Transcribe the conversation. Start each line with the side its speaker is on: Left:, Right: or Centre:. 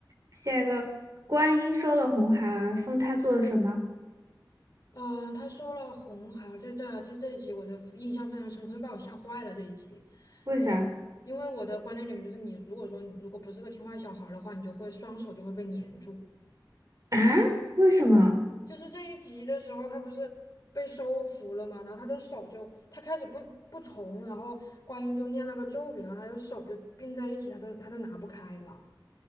Right: 下一个，观音收了红孩儿，封他做了什么？
Left: 嗯、她收了红孩儿，这这这这一集我就印象非常深刻，因为把我吓坏了这一集。
Right: 为啥？
Left: 我因为我的观念里面就是你，如果说你如果不是个听话小孩儿的话，你就会双手就会被粘住。
Right: 啊？为什么？
Left: 就是这一集的时候，他不是被收服了嘛，然后他的手就，他开始不不从，然后观音就念了个咒语，然后他的手就并在一起，他都他都拿不开了。